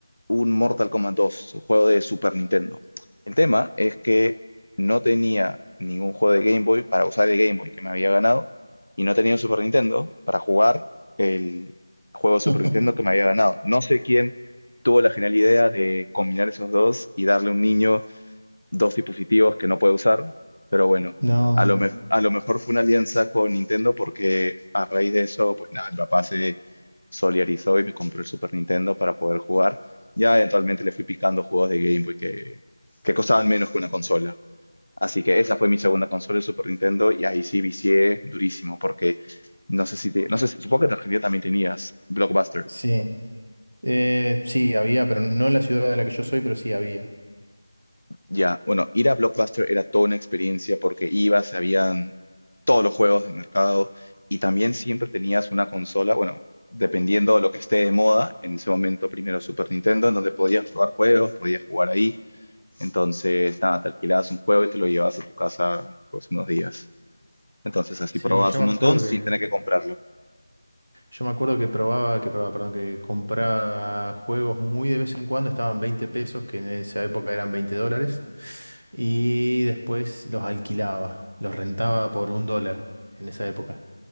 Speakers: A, on the left; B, on the right.
A: un Mortal Kombat 2, un juego de Super Nintendo. El tema es que no tenía ningún juego de Game Boy para usar el Game Boy que me había ganado y no tenía un Super Nintendo para jugar el juego de Super
B: <laughs>
A: Nintendo que me había ganado. No sé quién tuvo la genial idea de combinar esos dos y darle a un niño dos dispositivos que no puede usar, pero bueno,
B: No,
A: a lo, me- a lo mejor fue una alianza con Nintendo porque a raíz de eso, pues nada, mi papá se solidarizó y me compró el Super Nintendo para poder jugar. Ya eventualmente le fui picando juegos de Game Boy que, que costaban menos que una consola. Así que esa fue mi segunda consola, el Super Nintendo, y ahí sí vicié durísimo porque no sé si te- no sé si- supongo que en Argentina también tenías Blockbuster.
B: sí. Eh, sí, había, pero no en la ciudad de la que yo soy, pero sí había.
A: Ya, bueno, ir a Blockbuster era toda una experiencia porque ibas, habían todos los juegos del mercado y también siempre tenías una consola, bueno, dependiendo de lo que esté de moda, en ese momento primero Super Nintendo, en donde podías jugar juegos, podías jugar ahí, entonces nada, te alquilabas un juego y te lo llevabas a tu casa pues unos días. Entonces así
B: Sí,
A: probabas
B: yo
A: un
B: me
A: montón
B: acuerdo
A: sin
B: que,
A: tener que comprarlo.
B: yo me acuerdo que probaba, que probaba, perdón, que compraba juegos muy de vez en cuando, estaban 20 pesos, que en esa época eran 20 dólares, y después los alquilaba, los rentaba por un dólar en esa época.